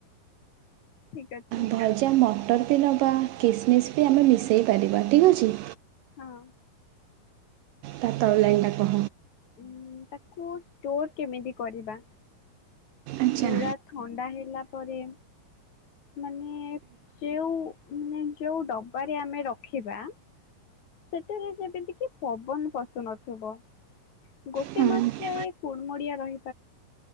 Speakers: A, on the left (about 50°); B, on the right (about 80°).
A: ଠିକ ଅଛି
B: ଭଲଜା ମଟର ବି ନେବା କିସମିସ୍ ବି ଆମେ ମିଶାଇ ପାରିବା ଠିକ୍ ଅଛି।
A: ହଁ।
B: ତା ତଳ ଲାଇନ୍ ଟା
A: ଉ ତାକୁ ଷ୍ଟୋର କେମିତି କରିବା?
B: ଆଚ୍ଛା
A: ପୁରା ଥଣ୍ଡା ହେଲା ପରେ ମାନେ ଯୋଉ ମାନେ ଯୋଉ ଡବାରେ ଆମେ ରଖିବା ସେଠାରେ ଯେମିତି କିି ପବନ ପଶୁ ନଥିବ। ଗୋଟେ
B: ହଁ
A: ମାସ ଯାଏ କୁଣମ ରହି